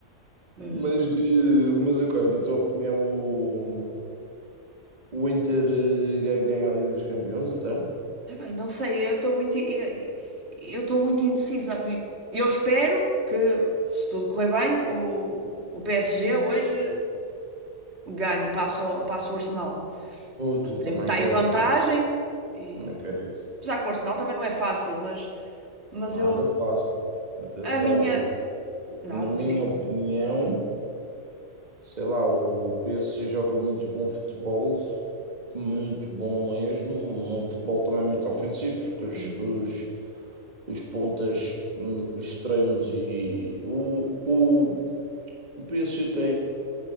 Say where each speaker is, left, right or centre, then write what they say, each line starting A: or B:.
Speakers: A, on the right; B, on the right.
A: Hum.
B: Mas, de, mas ok, na tua opinião, o, o Inter eh, gan- ganha a Liga dos Campeões, então?
A: Ah, bem, não sei, eu estou muito, eu eu estou muito indecisa. Eu espero que, se tudo correr bem, o, o PSG hoje ganhe, passa o passa o Arsenal.
B: Pois, eu
A: Tem-
B: também
A: Está
B: quero,
A: em vantagem,
B: também,
A: e,
B: também quero isso.
A: apesar que o Arsenal também não é fácil, mas, mas
B: Nada
A: eu,
B: fácil. Atenção,
A: a minha,
B: eu-
A: nada,
B: na minha
A: sim,
B: opinião. Sei lá, o PSG joga muito bom futebol, muito bom mesmo. Um futebol também muito ofensivo, porque os,
A: Uhum.
B: os, os pontas, hum, os extremos e. O, o, o PSG tem,